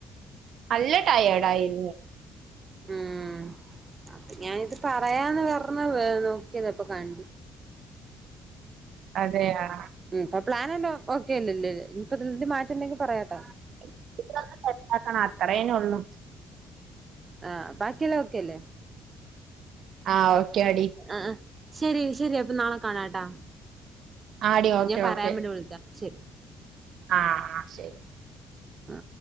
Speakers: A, on the right; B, on the right.
A: നല്ല ടയേർഡ് ആയിരുന്നു
B: ഉം അപ്പൊ ഞാനിത് പറയാന്ന് പറഞ്ഞ വെർ നോക്കിയത് അപ്പൊ കണ്ടില്ല
A: അതെ ആഹ്
B: ഉം ഇപ്പൊ പ്ലാൻ എല്ലാം ഓക്കെ അല്ലല്ല ഇഞ്ഞിപ്പൊ ഇത് മാറ്റണ്ടെങ്കിൽ പറയാട്ട
A: ഇഞ്ഞിപ്പോ അതൊന്ന് സെറ്റാക്കണം അത്രേ ഇഞ്ഞൊള്ളൂ
B: ആഹ് ബാക്കിയെല്ലാം ഓക്കെ അല്ലേ
A: ആഹ് ഓക്കെയാടി
B: ആഹ് ആഹ് ശരി ശരി അപ്പൊ നാളെ കാണാട്ടാ
A: ആടി ഓക്കെ
B: ഞാൻ പറയാൻ
A: ഓക്കെ
B: വേണ്ടി വിളിച്ചാ ശരി
A: ആഹ് ആഹ് ശരി
B: ആ